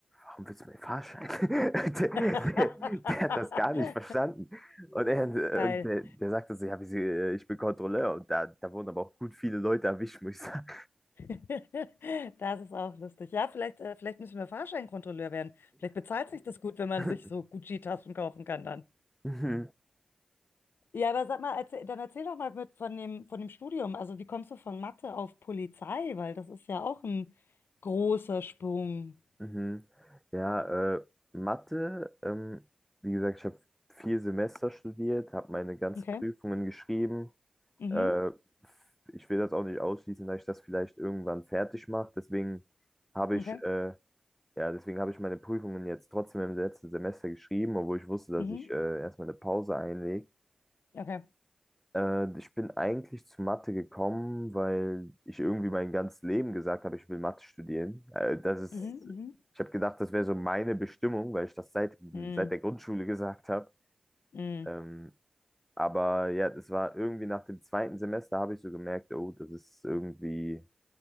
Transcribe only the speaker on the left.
<laughs>
Geil.
<laughs> Das ist auch lustig. Ja, vielleicht, äh, vielleicht müssen wir Fahrscheinkontrolleur werden. Vielleicht bezahlt sich das gut, wenn man
sich so Gucci-Taschen kaufen kann dann.
Ja, aber sag mal, erzähl, dann erzähl doch mal mit von dem, von dem Studium. Also wie kommst du von Mathe auf Polizei? Weil das ist ja auch ein großer Sprung.
Okay.
Mhm.
Okay.
Mhm.
Okay.
Mhm. Mhm.
Mhm.
Mhm.